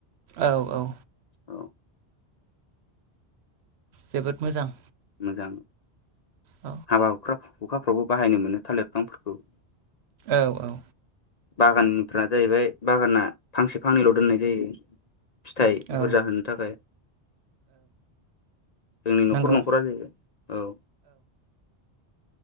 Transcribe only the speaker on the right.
औ औ।
जोबोद मोजां।
औ
औ औ
औ
नंगौ